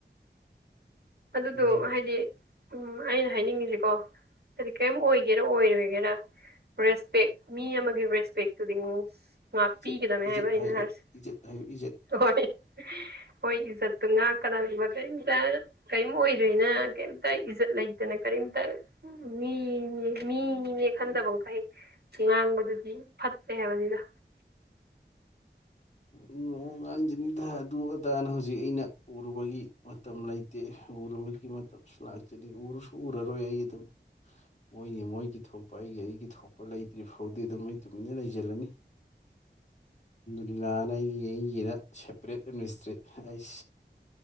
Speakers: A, on the right (about 60°); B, on the left (about 40°).
A: ꯑꯗꯨꯗꯣ
B: ꯎꯝ
A: ꯍꯥꯏꯗꯤ ꯎꯝ ꯑꯩꯅ ꯍꯥꯏꯅꯤꯡꯉꯤꯁꯦꯀꯣ ꯍꯥꯏꯗꯤ ꯀꯔꯤꯝ ꯑꯣꯏꯒꯦꯔꯥ ꯑꯣꯏꯔꯣꯏꯒꯦꯔ ꯔꯦꯁꯄꯦꯛ ꯃꯤ ꯑꯃꯒꯤ ꯔꯦꯁꯄꯦꯛꯇꯨꯗꯤ ꯉꯥꯛꯄꯤꯒꯗꯅꯤ
B: ꯏꯖꯠ ꯏꯖꯠ
A: ꯍꯥꯏꯕ ꯑꯩꯅ
B: ꯍꯥꯏꯌꯣ
A: ꯍꯥꯏꯔꯤꯁꯦ
B: ꯏꯖꯠ ꯍꯥꯏꯌꯣ ꯏꯖꯠ
A: ꯍꯣꯏ ꯍꯣꯏ ꯏꯖꯠ ꯇꯨ ꯉꯥꯛꯀꯗꯕꯅꯦꯕ <unintelligible> ꯀꯔꯤꯝ ꯑꯣꯏꯗꯔ꯭ꯦꯅ ꯀꯔꯤꯝꯇ ꯏꯖꯠ ꯂꯩꯇꯅ ꯀꯔꯤꯝꯇ ꯃꯤꯅꯦ ꯃꯤꯅꯦ ꯈꯟꯗꯕ ꯃꯈꯩ ꯉꯥꯡꯕꯗꯨꯗꯤ ꯐꯠꯇꯦ ꯍꯥꯏꯕꯅꯤꯗ
B: <unintelligible> ꯉꯥꯡꯖꯔꯅꯤꯗ ꯑꯗꯨ ꯑꯗꯥꯅ ꯍꯧꯖꯤꯛ ꯑꯩꯅ ꯎꯔꯨꯕꯒꯤ ꯃꯇꯝ ꯂꯩꯇꯦ ꯎꯔꯨꯕꯒꯤ ꯃꯇꯝꯁꯨ ꯂꯥꯛꯇꯅꯤ ꯎꯔꯨꯁꯨ ꯎꯔꯔꯣꯏ ꯑꯩ ꯑꯗꯨꯝ ꯍꯣꯏꯅꯦ ꯃꯣꯏꯒꯤ ꯊꯣꯛꯄ ꯑꯩꯒꯤ ꯑꯩꯒꯤ ꯊꯣꯛꯄ ꯂꯩꯇ꯭ꯔꯤ ꯐꯥꯎꯗꯤ ꯑꯗꯨꯝ ꯑꯩ ꯇꯨꯃꯤꯟꯅ ꯂꯩꯖꯤꯜꯂꯅꯤ <inaudible> ꯂꯤꯂꯥꯅ ꯑꯩꯒꯤ ꯑꯩꯒꯤꯗ ꯁꯦꯄꯔꯦꯠ ꯑꯦꯗꯃꯤꯅꯤꯁꯇ꯭ꯔꯦ ꯑꯩ